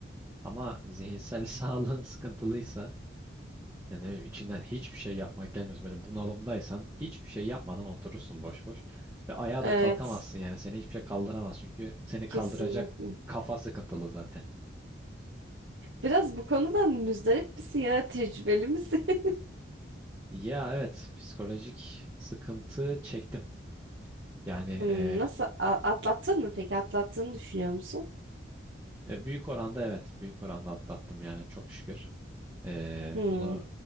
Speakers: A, on the right; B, on the right.
A: Ama zihinsel <laughs> sağlığın sıkıntılıysa yani ne bileyim, içinden hiçbir şey yapmak gelmiyorsa böyle bunalımdaysan hiçbir şey yapmadan oturursun boş boş ve ayağa
B: Evet,
A: da kalkamazsın yani seni hiçbir şey kaldıramaz çünkü seni kaldıracak
B: kesinlikle.
A: kafa sıkıntılı zaten.
B: Biraz bu konudan müzdarip misin ya da tecrübeli misin? <laughs>
A: Ya evet psikolojik sıkıntı çektim. Yani
B: Hmm,
A: e,
B: nasıl a- atlattın mı peki? Atlattığını düşünüyor musun?
A: e, büyük oranda evet büyük oranda atlattım yani çok şükür. E,
B: Hmm,
A: bunu